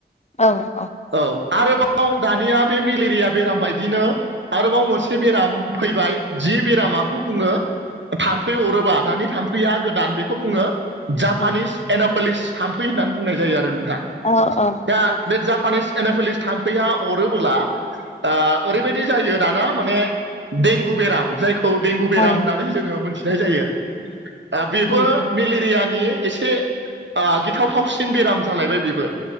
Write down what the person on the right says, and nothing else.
औ आरोबाव दानिया बे मेलेरिया बेराम बायदिनो आरोबाव मोनसे बेराम फैबाय जि बेरा माखौ बुङो? थाम्फै अरोबा दानि थाम्फैया गोदान बेखौ बुङो जापानिस
एन'फोलिस थाम्फै होननानै बुंनाय जायो आरो नोंथा।
दा बे जापानिस एन'फोलिस थाम्फैया अरोबोला ओ ओरैबायदि जायो दाना माने देंगु बेराम जायखौ देंगु बेराम
होननानै जोङो मोनथिनाय जायो ओ बेबो
मेलेरियानि एसे ओ गिथावथावसिन बेराम जालायबाय बेबो।